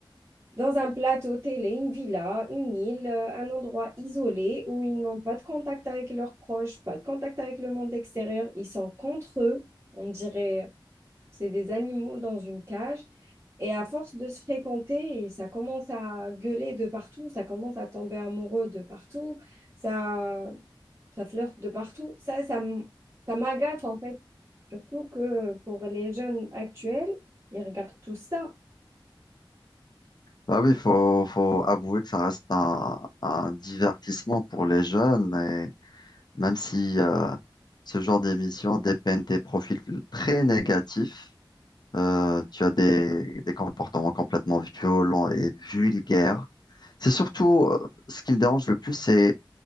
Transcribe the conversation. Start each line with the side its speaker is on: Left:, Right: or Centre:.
Right: dans un plateau télé, une villa, une île, euh, un endroit isolé où ils n'ont pas de contact avec leurs proches, pas de contact avec le monde extérieur, ils sont contre eux, on dirait c'est des animaux dans une cage. Et à force de se fréquenter, ça commence à gueuler de partout, ça commence à tomber amoureux de partout, ça, ça flirte de partout. Ça, ça, m- ça m'agace en fait. Surtout que pour les jeunes actuels, ils regardent tout ça.
Left: Bah oui, faut, faut avouer que ça reste un, un divertissement pour les jeunes, et même si euh, ce genre d'émission dépeignent des profils très négatifs, Euh, tu as des, des comportements complètement violents et vulgaires. C'est surtout euh, ce qui me dérange le plus, c'est